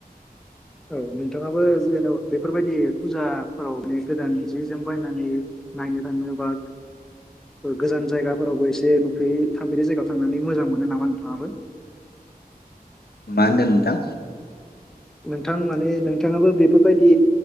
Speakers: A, in the centre; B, on the left (about 80°).
A: औ औ मि नोंथाङाबो जेन'बा बेफोरबायदि फुजाफोराव बे गोदान जि जोम बायनानै नायनो थांनो बा गोजान जायगाफोरावबो एसे नुफेरै थांफेरै जायगायाव थांनानै मोजां मोनो नामा नोंथाङाबो?
B: मा होन्दों नोंथां?
A: नोंथां माने नोंथाङाबो बेफोरबायदि